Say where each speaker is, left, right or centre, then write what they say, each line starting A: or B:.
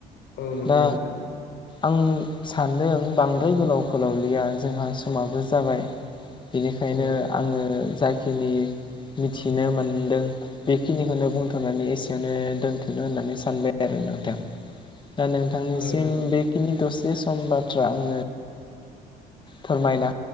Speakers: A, on the left (about 75°); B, on the left (about 30°).
A: औ नंगौ
B: दा
A: नोंथां
B: आं सानदों बांद्राय गोलाव फोलावलिया जोंहा समाबो जाबाय। बेनिखायनो
A: औ
B: आङो जाय खिनो मिथिनो मोनदों बेखिनिखोनो बुंथ'नानै एसेयावनो दोनथ'नो होननानै सानबाय आरो नोंथां। दा नोंथांनिसिम
A: औ
B: बे खिनि दसे सम बाथ्रा आंनो फोरमायना